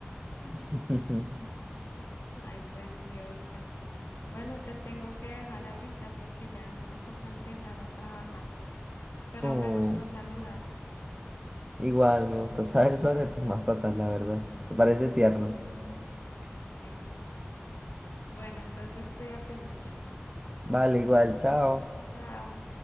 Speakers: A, on the left; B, on the right.
A: <laughs>
B: <laughs>
A: Ay, pues sí, Oscar. Bueno, te tengo que dejar ahorita porque ya me toca empezar a trabajar, pero
B: Oh,
A: me gustó saludar,
B: igual, me gustó saber sobre tus mascotas, la verdad. Me parece tierno.
A: sí. Bueno, entonces cuídate mucho.
B: Vale, igual, chao.
A: Chao.